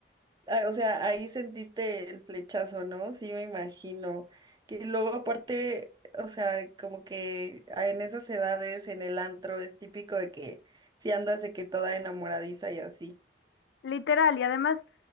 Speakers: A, on the right; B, on the left.
A: Ah, O sea, ahí sentiste el flechazo, ¿no? Sí, me imagino. Que luego aparte, o sea, como que en esas edades, en el antro, es típico de que si andas de que toda enamoradiza y así.
B: Literal, y además,